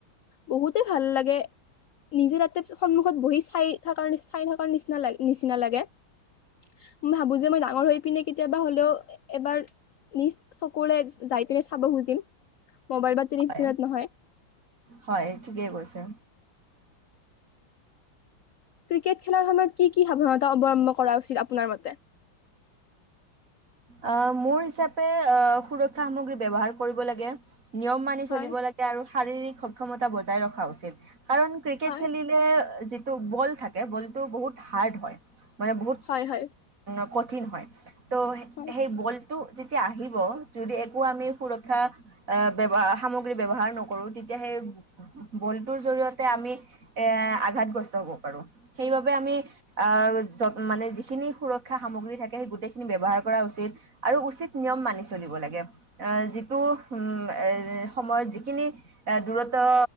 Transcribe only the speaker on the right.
হয়
হয় ঠিকেই কৈছে।
অ মোৰ হিচাপে অ সুৰক্ষা সামগ্ৰী ব্যৱহাৰ কৰিব লাগে, নিয়ম মানি
চলিব লাগে আৰু শাৰীৰিক সক্ষমতা বজাই ৰখা উচিত কাৰণ ক্ৰিকেট
খেলিলে টো বল থাকে বলটো বহুত হাৰ্ড হয়। মানে বহুত ক।
কঠিন হয় ত।
সেই বলটো যিটো। যে আহিব যদি একো আমি সুৰক্ষা অহ ব্যৱহাৰ সামগ্ৰী ব্যৱহাৰ নকৰো তেতিয়া সেই বলটোৰ জৰিয়তে আমি এ আঘাতগ্ৰস্ত হব পাৰো সেইবাবে আমি আহ মানে যিখিনি সুৰক্ষা সামগ্ৰী থাকে সেই গোটেইখিনি ব্যৱহাৰ। কৰা উচিত আৰু উচিত নিয়ম মানি চলিব লাগে এ যিটো উম এ সময়ত যিখিনি এ দূৰত্ব